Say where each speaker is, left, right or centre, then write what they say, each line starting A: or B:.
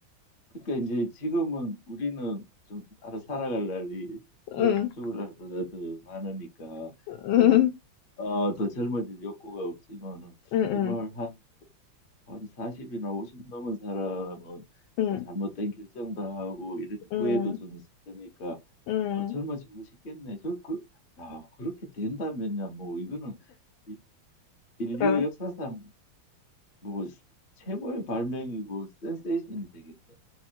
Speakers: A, on the left (about 40°); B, on the left (about 75°).
A: 그러니까 이제 지금은 우리는 좀 알아 살아갈 날이 죽,
B: 응,
A: 죽을 날보다 더 많으니까
B: 응,
A: 좀, 어, 더 젊어질 욕구가 없지만은
B: 응,
A: 정말
B: 응.
A: 한 한 40이나 50 넘은 사람은
B: 응,
A: 뭐 잘못된 결정도 하고 이런
B: 응,
A: 후회도 좀 있을 거니까
B: 응,
A: 어, 젊어지고 싶겠네. 저 그, 야, 그렇게 된다면야 뭐 이거는 이- 인류
B: 응.
A: 역사상 뭐 스- 최고의 발명이고 센세이션이 되겠다.